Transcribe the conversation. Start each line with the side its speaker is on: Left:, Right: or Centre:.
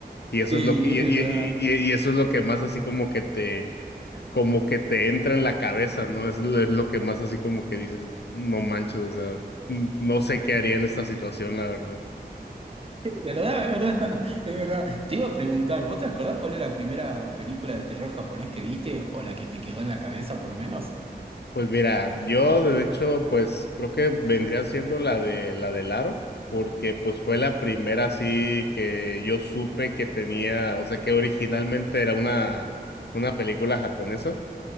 Left: y eso
Right: Sí,
Left: es lo que,
Right: es
Left: y,
Right: verdad.
Left: y- y- y y eso es lo que más así como que te, como que te entra en la cabeza, ¿no? Es, lo- es lo que más así como que dices, no manches, o sea, n- no sé qué haría en esta situación, la verdad.
Right: ¿Verdad? Es verdad, <laughs> es verdad. Te iba a preguntar, ¿vos te acordás cuál es la primera película de terror japonés que viste o la que te quedó en la cabeza por lo menos?
Left: Pues mira, yo de hecho, pues creo que vendría siendo la de la del aro, porque pues fue la primera así que yo supe que tenía, o sea, que originalmente era una, una película japonesa.